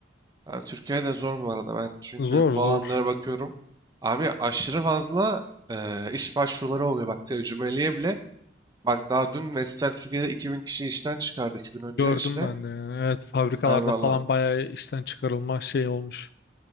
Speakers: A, on the right; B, on the left.
A: Ha, Türkiye'de zor bu arada. Ben çünkü
B: Zor zor.
A: bu alanlara bakıyorum. Abi aşırı fazla e, iş başvuruları oluyor. Bak tecrübeliye bile. Bak daha dün Vestel Türkiye'de 2000 kişi işten çıkardı 2 gün önce
B: Gördüm
A: işte.
B: ben de yani. Evet fabrikalarda
A: Abi valla.
B: falan bayağı işten çıkarılma şey olmuş.